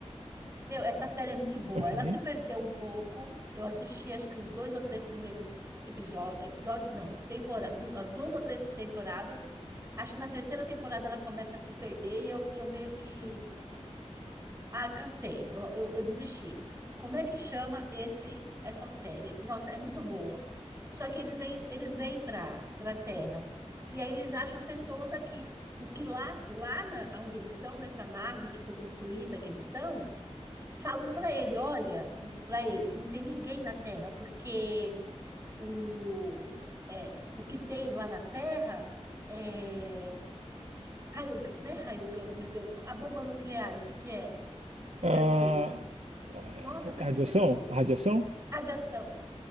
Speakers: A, on the right; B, on the right.
A: Meu, essa série é muito boa.
B: Ok.
A: Ela se perdeu um pouco. Eu assisti, acho que os dois ou três primeiros episódios, episódios não, temporada, as duas ou três temporadas. Acho que na terceira temporada ela começa a se perder e eu, eu meio que, ah, cansei, eu, eu, eu desisti. Como é que chama esse essa série? Nossa, é muito boa. Só que eles vêm eles vêm para para Terra e aí eles acham pessoas aqui. O que lá lá na, onde eles estão nessa nave que foi construída que eles estão falam para ele, olha, para eles, não tem ninguém na Terra, porque o, é, o que tem lá na Terra é raio, não é raio gama, meu Deus, a bomba nuclear, o que que é?
B: Ah,
A: Jesus.
B: é,
A: Nossa, eu tô esquecendo
B: radiação?
A: tudo.
B: A Radiação?
A: Radiação.